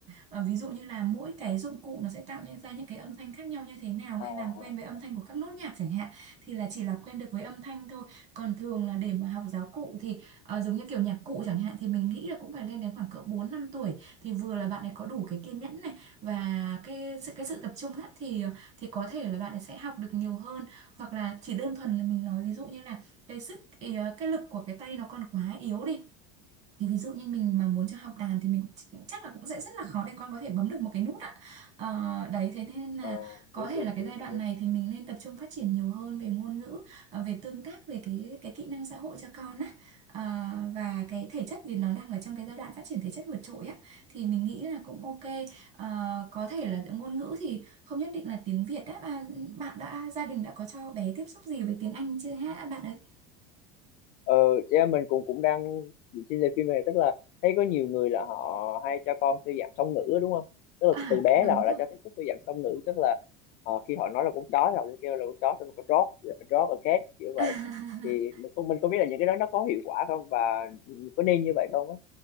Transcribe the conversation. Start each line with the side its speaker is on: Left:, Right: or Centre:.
Right: Ờ, ví dụ như là mỗi cái dụng cụ nó sẽ tạo nên ra những cái âm thanh khác nhau như thế nào hay
Left: à, à,
Right: làm quen với âm thanh của các nốt nhạc chẳng hạn thì là chỉ làm quen được với âm thanh thôi còn thường là để mà học giáo cụ thì ờ, giống như kiểu nhạc cụ chẳng hạn thì mình nghĩ là cũng phải lên đến khoảng cỡ 4 5 tuổi thì vừa là bạn ấy có đủ cái kiên nhẫn này và cái sự cái sự tập trung á thì thì có thể là bạn ấy sẽ học được nhiều hơn hoặc là chỉ đơn thuần là mình nói ví dụ như là cái sức ý, ờ, cái lực của cái tay nó còn quá yếu đi thì ví dụ như mình mà muốn cho học đàn thì mình cũng ch- chắc là cũng sẽ rất là khó để con có thể bấm được một cái nút ạ Ờ, đấy thế nên là
Left: ờ,
Right: có
Left: đúng
Right: thể
Left: đúng
Right: là cái
Left: đúng
Right: giai đoạn
Left: đúng
Right: này thì mình nên tập trung phát triển nhiều hơn về ngôn ngữ ờ, về tương tác về cái cái kỹ năng xã hội cho con á Ờ, và cái thể chất vì nó đang ở trong cái giai đoạn phát triển thể chất vượt trội á thì mình nghĩ là cũng ok Ờ, có thể là ngôn ngữ thì không nhất định là tiếng Việt á à, bạn đã gia đình đã có cho bé tiếp xúc gì với tiếng Anh chưa hả bạn ấy
Left: ờ yeah, mình cũng cũng đang xin lời phim này tức là thấy có nhiều người là họ hay cho con theo dạng song ngữ á, đúng không tức là
Right: à
Left: từ bé
Right: đúng
Left: là họ
Right: rồi
Left: đã cho tiếp xúc theo dạng song ngữ tức là ờ, khi họ nói là con chó thì họ sẽ kêu là con chó xong rồi có dog dog a cat kiểu vậy
Right: <laughs>
Left: thì mình không mình không biết là những cái đó nó có hiệu quả không và có nên như vậy không á